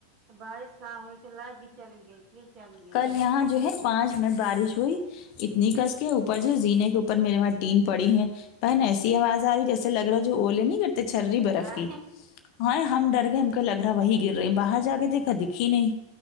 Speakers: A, on the right (about 35°); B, on the left (about 40°).
A: بارش کہاں ہوئی تو لائٹ بھی چلی گئی پھر چلی گئی
B: کل یہاں جو ہے پانچ منٹ بارش ہوئی اتنی کس کے اوپر سے زینے کے اوپر میرے وہاں ٹین پڑی ہے بہن ایسی آواز آ رہی ہے جیسے لگ رہا ہے جو اولے نہیں کرتے چھری برف
A: ہاں
B: کی ہاے ہم ڈر گئے ہم کہ لگ رہا ہے وہی گر رہے باہر جا کے دیکھا دکھی نہیں